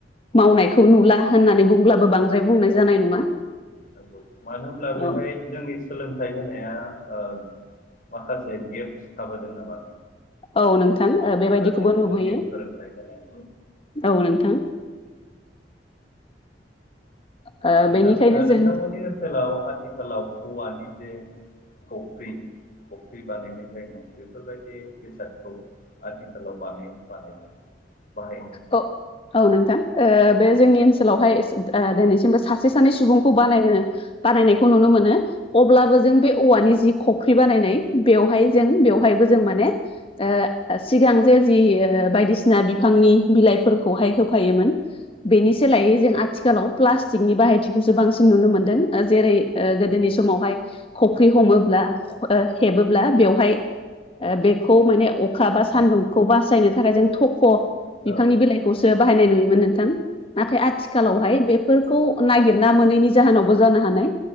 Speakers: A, on the left; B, on the left.
A: मावनायखौ नुला होननानै बुंब्लाबो बांसिन द्राय बुंनाय
B: औ
A: जानाय नंङा
B: नंगौ मानो होनब्ला बेहाय
A: औ
B: जोंनि सोलोंथाइ होनाया ओ माखासे गेप्स थाबोदों नामा
A: औ नोंथां ओ
B: माखासे
A: बेबायदिखौबो नुबोयो
B: जोंनि फोरोंथाय होनाय।
A: औ नोंथां। ओ
B: नोंथां
A: बेनिखायनो
B: नोंथांमोननि
A: जों
B: ओनसोलाव आथिखालाव औवानि जे खफि्- खफि बानायनाय जायोमोन बेफोरबायदि बेसादखौ। आथिखालाव बानायो ना बानायला बाहायोमोन।
A: औ औ नोंथां ओ बे जोंनि ओनसोलावहाय सो ओ दोनैसिमबो सासे सानै सुबुंखौ बानायनो बानायनायखौ नुनो मोनो अब्लाबो जों बे औवानि जि खख्रि बानायनाय बेवहाय जों बेवहायबो
B: औ
A: जों माने ओ ओ सिगां जे जि ओ बायदिसिना बिफांनि बिलाइफोरखौहाय होफायोमोन बेनि सोलायै जों आथि
B: औ
A: आथिखालाव प्लास्टिकनि बाहायथिखौसो बांसिन नुनो मोनदों जेरै गोदोनि
B: नंगौ
A: समावहाय खफ्रि हमोब्ला ओ हेबोब्ला बेवहाय ओ बेखौ माने अख अखा बा सान्दुंखौ बासायनो थाखाय जों थख' बिफांनि
B: औ
A: बिलाइ खौसो बाहायनाय नुयोमोन नोंथां नाथाय आथिखालावहाय
B: नंगौ
A: बे फोरफोरखौ नागिरना मोनैनि जाहोनावबो जानो हानाय।